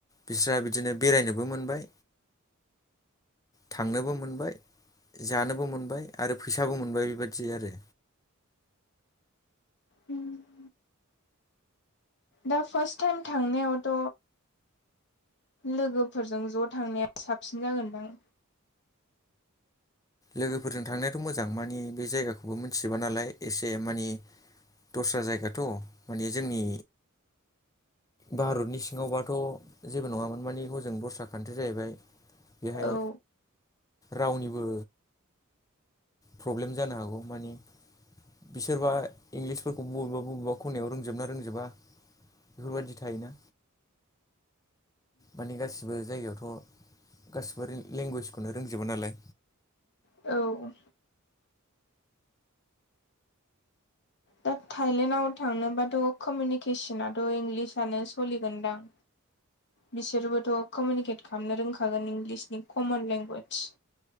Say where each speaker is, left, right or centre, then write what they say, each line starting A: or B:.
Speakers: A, on the left; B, on the left.
A: बिस्रा बिदिनो बेरायनोबो मोनबाय थांनोबो मोनबाय। जानोबो मोनबाय आरो फैसाबो मोनबाय बेबादि आरो।
B: उम दा फार्स्ट टाइम थांनायावथ' लोगोफोरजों ज' थांनाया साबसिन जागोनदां।
A: लोगोफोरजों थांनायाथ' मोजां मानि बे जायगाखौबो मिथिजोबा नालाय एसे मानि दस्रा जायगाथ' माने जोंनि भारतनि सिङावबाथ' जेबो नङामोन मानि हजों दस्रा कान्ट्रि जाहैबाय। बेहाय
B: औ
A: रावनिबो प्रब्लेम जानो हागौ माने। बिसोरबा इंलिसफोरखौ बबेबा बबेबा खनायाव रोंजोबना रोंजोबा बेफोरबायदि थायोना। माने गासिबो जायगायावथ' गासिबो रेल-लेंगुवेजखौनो रोंजोबा नालाय।
B: औ दा थायलेण्डआव थांनोबाथ' कमिउनिकेसनाथ' इंलिसनो सलिगोनदां। बिसोरबोथ' कमिउनिकेट खालामनो रोंखागोन इंलिसनि कमन लेंगुवेदज।